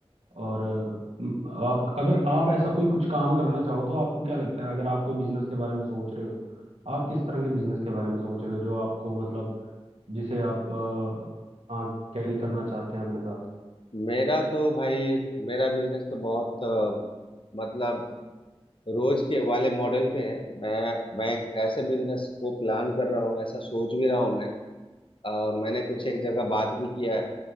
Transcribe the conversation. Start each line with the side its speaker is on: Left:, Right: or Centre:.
Right: और अ, आप अगर आप ऐसा कोई कुछ काम करना चाहो तो आपको क्या लगता है अगर आप कोई बिजनेस के बारे में सोच रहे हो आप किस तरह के बिजनेस के बारे में सोच रहे हो जो आपको मतलब जिसे आप अ, हाँ कैरी करना चाहते हैं अपने साथ
Left: मेरा तो भाई मेरा बिजनेस तो बहुत अ, मतलब रोज के वाले मॉडल पे है मैं मैं एक ऐसे बिजनेस को प्लान कर रहा हूँ ऐसा सोच भी रहा हूँ मैं अ, मैंने कुछ एक जगह बात भी किया है